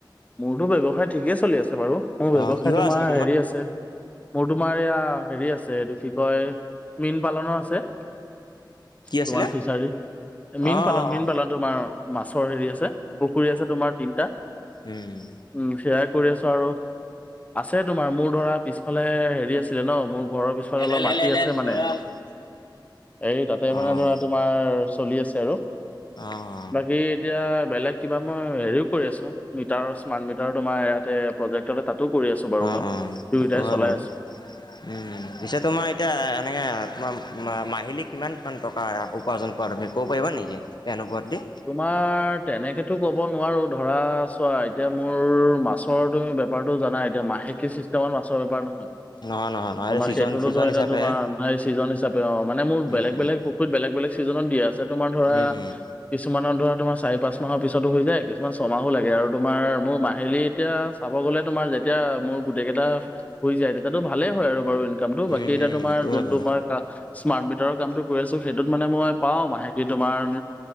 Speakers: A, on the left; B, on the left.
A: মোৰটো ব্যৱসায় ঠিকেই চলি আছে বাৰু মোৰ ব্যৱসায়
B: অ' কিহৰ
A: তোমাৰ
B: আছিল
A: হেৰি আছে। মোৰ তোমাৰ এয়া হেৰি আছে এইটো কি কয় মীন পালনৰ আছে।
B: কি আছিলে?
A: তোমাৰ ফিচাৰী মীন
B: অ', অ',
A: পালন মীন
B: অ',
A: পালন তোমাৰ মাছৰ হেৰি আছে। পুখুৰী আছে তোমাৰ তিনটা।
B: হুঁম।
A: উম হেয়াই কৰি আছো আৰু আছে তোমাৰ মোৰ ধৰা পিছফালে হেৰি আছে ছিলে ন মোৰ ঘৰৰ পিছফালে
B: অ',
A: অলপ মাটি আছে মানে হেৰি তাতে
B: অ',
A: মানে ধৰা তোম তোমাৰ চলি আছে আৰু
B: আঁ
A: বাকি এতিয়া বেলেগ কিবা মই হেৰিও কৰি আছোঁ। মিটাৰৰ স্মাৰ্ট মিটাৰ তোমাৰ এয়াতে, প্ৰজেক্টটে তাতো কৰি আছো বাৰু
B: অ',
A: কাম
B: অ',
A: দুয়োটাই
B: সেইটো হয়
A: চলাই
B: বাৰু।
A: আছোঁ।
B: উম, পিছে তোমাৰ এতিয়া এনেকে তোমাৰ মা মাহিলী কিমান মান টকা এয়া উপাৰ্জন বাৰু তুমি ক'ব পাৰিবা নেকি বেয়া নোপোৱা যদি।
A: তোমাৰ তেনেকেটো ক'ব নোৱাৰো ধৰা চোৱা এতিয়া মোৰ মাছ মাছৰ তুমি বেপাৰটো জানাই এতিয়া মাহেকী চিষ্টেমত মাছৰ বেপাৰ নহয়।
B: নহয় নহয় নহয় এইটো
A: তোমাক
B: ছিজন
A: সেইতোটো
B: ছিজন
A: ধৰাএটিয়া
B: হিচাপেহে
A: তোমাৰ সেই চিজন হিচাপে অঁ মানে মোৰ
B: উম
A: বেলেগ
B: উম
A: বেলেগ, হুত বেলেগ বেলেগ চিজনত দি আছে তোমাৰ ধৰা
B: উম উম
A: কিছুমানত ধৰা তোমাৰ চাৰি-পাঁচমাহৰ পিছটো হৈ যায়, কিছুমান ছমাহো লাগে আৰু তোমাৰ মোৰ মাহিলী এতিয়া চাব গ'লে তোমাৰ যেতিয়া মোৰ গোটেই কেইটা শুই যায় তেতিয়াতো ভালে হয় আৰু বাৰু ইনকামটো বাকী
B: উম
A: এতিয়া
B: উম
A: তোমাৰ
B: সেইটো
A: যোনটোমানে।
B: হয় বাৰু
A: স্মাৰ্ট মিটাৰৰ কামটো কৰি আছো সেইটোত মানে মই পাও মাহেলী তোমাৰ,